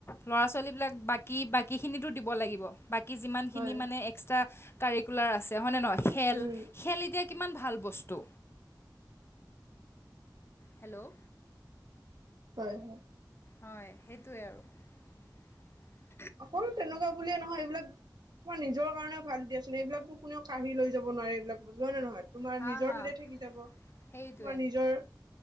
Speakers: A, on the left; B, on the right.
A: ল'ৰা ছোৱালীবিলাক কি বাকীখিনিতো দিব লাগিব, বাকী যিমানখিনি
B: হয়
A: মানে এক্সট্ৰা কাৰিকুলাৰ আছে, হয়নে নহয়? খেল,
B: উম
A: খেল এতিয়া কিমান ভাল বস্তু। হেল্ল'
B: হয়, হয়,
A: হয়, সেইটোৱে আৰু।
B: অকল তেনেকুৱা বুলিয়ে নহয় এইবিলাক তই নিজৰ কাৰণে ভাল দিয়াচোন, এইবিলাকটো কোনোৱেও কাঢ়ি লৈ যাব নোৱাৰে, এইবিলাক বস্তু হয় নে নহয়? তোমাৰ
A: হা
B: নিজৰ
A: হা
B: তাতে থাকি যাব, তোমাৰ
A: সেইটোৱে
B: নিজৰ